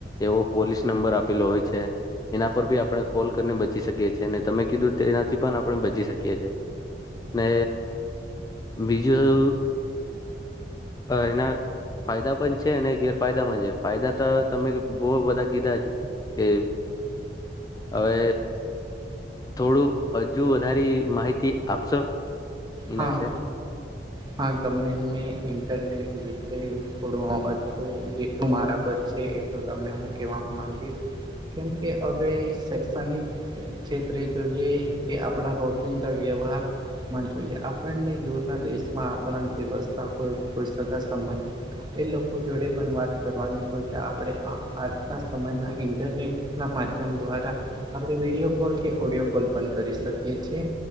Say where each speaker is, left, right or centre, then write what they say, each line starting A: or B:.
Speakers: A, on the left; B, on the right.
A: એવો પોલીસ. નંબર આપેલો હોય છે. એના પર બી આપણે કોલ કરીને બચી શકીએ છીએ અને તમે કીધું તેનાથી પણ આપણે બચી શકીએ છીએ. ને બીજું એના ફાયદા પણ છે, અને ગેરફાયદા પણ છે ફાયદા તો તમે બહ બધા. કીધા કે હવે. થોડું હજુ વધારે માહિતી આપશો. એના
B: હા.
A: વિશે
B: હા તમને મેં ઇન્ટરનેટ વિશે કર જે શું મારા પર છે એટલ ત હું કેવા માંગીશ કેમકે હવે શૈક્ષણિક ખેત જોઈએ કે આપણા પ્રોટીન વ્યવહાર મા જોએ આપણને દના દેશમાં આપણા વસ્થા હોય કોઈ સા સંબંધ એ લોકો જોડે પણ વાત કરવાની હોય, તો આપણે આ આજના સમયમાં ઇન્ટરનેટ ના માધ્યમ દ્વારા આપણે વિડીિયો કોલ કે ઓડિયો કોલ પણ કરી શકીએ છ છે.